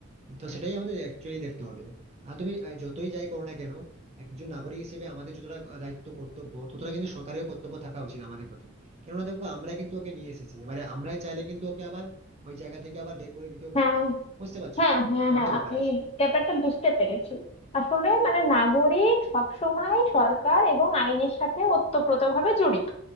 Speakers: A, on the right; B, on the left.
A: তো সেটাই আমাদের অ্যাকচুয়ালি দেখতে হবে কারণ তুমি আহ, যতই যাই করো না কেন একজন নাগরিক হিসেবে আমাদের যতটা আহ, দায়িত্ব কর্তব্য ততটা কিন্তু সরকারের কর্তব্য থাকা উচিত আমাদের প্রতি কেননা দেখো আমরা কিন্তু ওকে নিয়ে এসেছি এবারে আমরাই চাইলে কিন্তু ওকে আবার ওই জায়গা থেকে আবার বের করে দিতেও
B: হ্যাঁ
A: পারি বুঝতে পারছো
B: হ্যাঁ হ্যাঁ হ্যাঁ
A: একটা ব্যাপার
B: আমি
A: আছে
B: ব্যাপারটা বুঝতে পেরেছি আসলে মানে নাগরিক সবসময় সরকার এবং আইনের সাথে ওতপ্রোতভাবে জড়িত